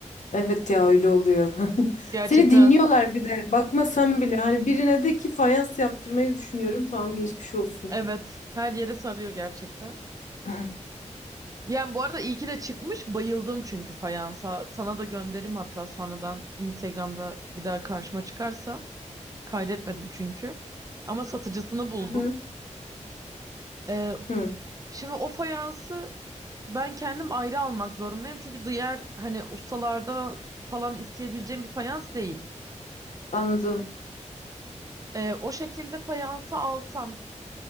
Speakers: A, on the left; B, on the right.
A: Evet ya öyle oluyor. <laughs>
B: Gerçekten
A: Seni dinliyorlar bir de. Bakmasan bile hani birine de ki fayans yaptırmayı düşünüyorum. Tamam geçmiş olsun.
B: evet her yere sarıyor gerçekten.
A: Hı
B: Yani bu arada iyi ki de çıkmış. Bayıldım çünkü fayansa. Sana da gönderim hatta sonradan Instagram'da bir daha karşıma çıkarsa. Kaydetmedim çünkü. Ama satıcısını buldum.
A: hı.
B: Ee,
A: Hı.
B: şimdi o fayansı ben kendim ayrı almak zorundayım. Çünkü diğer hani ustalarda falan isteyebileceğim bir fayans değil.
A: Anladım.
B: Ee, o şekilde fayansı alsam